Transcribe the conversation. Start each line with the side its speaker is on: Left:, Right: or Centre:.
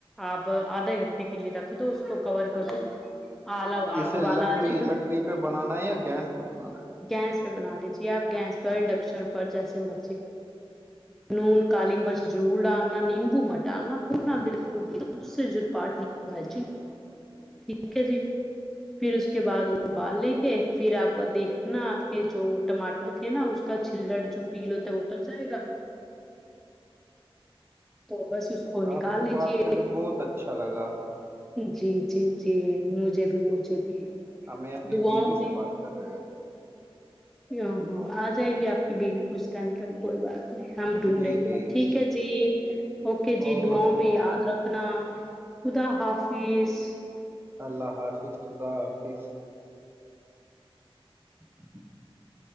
Centre: آپ آدھے گھنٹے کے لیے رکھ دو اس کو کور کر دو آلا
Right: اسے
Centre: ابالا
Right: لکڑی
Centre: آ جائے گا
Right: لکڑی پہ بنانا ہے یا گیس پہ بنانا ہے
Centre: گیس بنا دیجی آپ گیس پر انڈکشن
Right: جی
Centre: پر جیس م <inaudible> نون کالی مرچ ضرور ڈالنا نیمبو مر ڈالنا پولنا بالک <inaudible> پٹ بھاجی ٹھیک ہے جی پھر اس کے بعد وہ ابال لیں گے پھر آپ دیکھ ل نا آپ کے جو ٹماٹر تھے نا اس کا چلڑ جو پیل ہوتا ہے اتر جائے گا تو بس اس کو نکال
Right: آپ سے
Centre: لیجیے
Right: بات کر کے بہت اچھا لگا
Centre: جی جی جی مجھ بھی مج ج بھی
Right: ہمیں اپنی
Centre: دعاؤں
Right: بیوی سے بات کر رہے ہیں
Centre: ا ہو آ جائے گی آپ کی بیوی کچھ ٹائم تک کوئی بات ہم
Right: ہیں
Centre: ڈھونڈیں
Right: جی
Centre: گے
Right: جی
Centre: ٹھیک ہے جی اوکے جی
Right: اور
Centre: دعاؤ میں یاد رکھ اپنا خدا حافظ
Right: اللہ حافظ خدا حافظ <unintelligible>